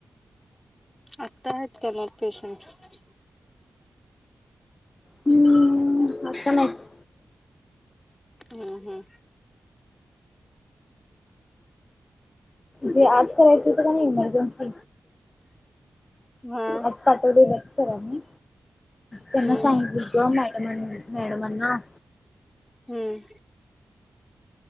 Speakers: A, on the left; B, on the left.
A: आत्ता आहेत का नाहीग पेशंट
B: हम्म आता नाहीत.
A: हम्म हम्म
B: जे आज करायच होतं का नाही इमर्जन्सी.
A: हा
B: आज पाठवडी बात सरी त्यांना
A: हम्म
B: सांगित बो मॅडम मॅडमना.
A: हम्म